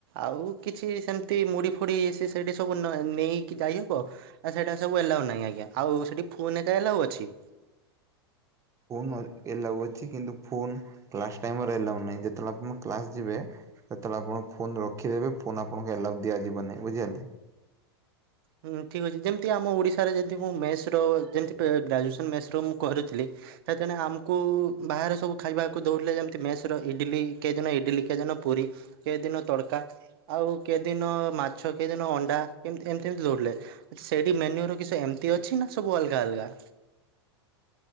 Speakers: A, on the right; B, on the right.
A: ଆଉ କିଛି ସେମିତି ମୁଡି ଫୁଡି ସେ ସେଇଠି ସବୁ ନେଇକି ଯାଇହବ? ନା ସେଇଟା ସବୁ ଏଲାଉ ନାହିଁ ଆଜ୍ଞା। ଆଉ ସେଠି ଫୁନ୍ ଏକା ଏଲାଉ ଅଛି?
B: ଫୋନ ଏ ଏଲାଉ ଅଛି କିନ୍ତୁ ଫୋନ୍ କ୍ଲାସ୍ ଟାଇମରେ ଏଲାଉ ନାହିଁ ଯେତେବେଳେ ଆପଣ କ୍ଲାସ୍ ଯିବେ ଯେତେବେଳେ ଆପଣ ଫୋନ୍ ରଖିଦେବେ ଫୋନ୍ ଆପଣଙ୍କୁ ଏଲାଉ ଦିଆଯିବ ନାହିଁ ବୁଝିଗଲେ।
A: ହଁ ଠିକ୍ ଅଛି ଯେମିତି ଆମ ଓଡ଼ିଶାରେ ଯେମିତି ମୁଁ ମେସ୍ ର ଯେମିତି ପେ ଗ୍ରାଜୁଏସନ୍ ମେସ୍ ର ମୁଁ କରୁଥିଲି। ସେଥେନେ ଆମକୁ ବାହାରେ ସବୁ ଖାଇବାକୁ ଦଉଥିଲେ ଯେମିତି ମେସ୍ ର ଇଡିଲି କେଦିନ ଇଡିଲି, କେଦିନ ପୁରି କେଦିନ ତଡକା, ଆଉ କେଦିନ ମାଛ, କେଦିନ ଅଣ୍ଡା, କେମତି ଏମିତି କେମିତି ଦୌଡ଼ିଲେ, ସେଇଠି ମେନ୍ୟୁ ର କିଛି ଏମିତି ଅଛି ନା ସବୁ ଅଲଗା ଅଲଗା?